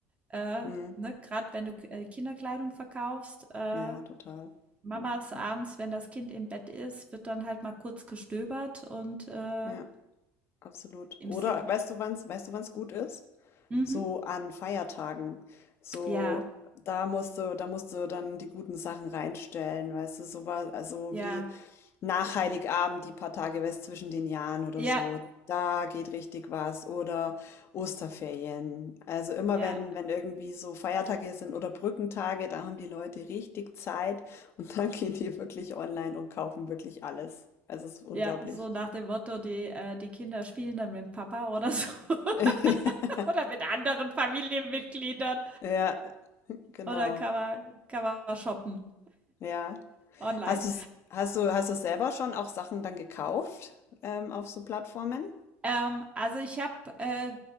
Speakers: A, on the right; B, on the left.
A: äh,
B: Mhm.
A: ne? Gerade wenn du äh, Kinderkleidung verkaufst, äh,
B: Ja, total.
A: Mamas
B: Mhm.
A: abends, wenn das Kind im Bett ist, wird dann halt mal kurz gestöbert und äh,
B: Ja, absolut.
A: im
B: Oder
A: Second.
B: weißt du, wann's, weißt du, wann's gut ist?
A: Mhm.
B: So an Feiertagen. So,
A: Ja,
B: da musst du, da musst du dann die guten Sachen reinstellen, weißt du, sowas, also
A: ja,
B: wie nach Heiligabend, die paar Tage was zwischen den Jahren oder
A: ja,
B: so, da geht richtig was. Oder Osterferien. Also immer
A: ja,
B: wenn, wenn irgendwie so Feiertage sind oder Brückentage, da haben die Leute richtig Zeit und <laughs> dann gehen die wirklich online und kaufen wirklich alles. Also es ist unglaublich.
A: ja, so nach dem Motto, die, äh, die Kinder spielen dann mit Papa oder so <laughs>
B: <laughs>
A: oder mit anderen Familienmitgliedern.
B: Ja, genau.
A: Oder kann man, kann man shoppen
B: Ja.
A: online.
B: Hast du's, hast du, hast du selber schon auch Sachen dann gekauft, ähm, auf so Plattformen?
A: Ähm, also ich habe äh,